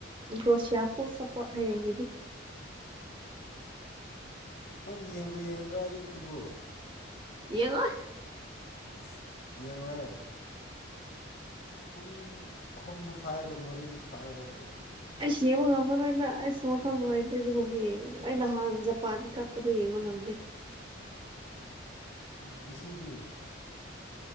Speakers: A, on the right; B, on the left.
A: ꯀ꯭ꯔꯣꯁꯤꯌꯥ ꯐꯨꯜ ꯁꯄꯣꯔꯠ ꯍꯌꯦꯡꯒꯤꯗꯤ
B: ꯍ ꯌꯦꯡꯕꯨ ꯌꯦꯡꯒꯗ꯭ꯔꯥ ꯑꯌꯨꯛꯇꯨꯕꯨ
A: ꯌꯦꯡꯉꯣꯏ
B: <unintelligible> ꯌꯦꯡꯉꯣꯏ ꯄꯨꯡ ꯑꯍꯨꯝ ꯃꯈꯥꯏꯔꯣ ꯃꯔꯤ ꯃꯈꯥꯏꯔꯣ ꯑꯣꯏꯔꯝꯅꯤ
A: ꯑꯩꯁ ꯌꯦꯡꯕ ꯉꯝꯃꯔꯣꯏꯅ ꯑꯩꯁꯨ ꯋꯥꯈꯜ ꯅꯨꯡꯉꯥꯏꯇꯦ ꯑꯗꯨꯒꯨꯝꯕ ꯌꯦꯡꯉꯒꯦ ꯑꯩ ꯅꯍꯥꯟ ꯖꯄꯥꯟ ꯀꯞꯄꯗꯨ ꯌꯦꯡꯕ ꯉꯝꯗꯦ
B: ꯉꯁꯤꯗꯤ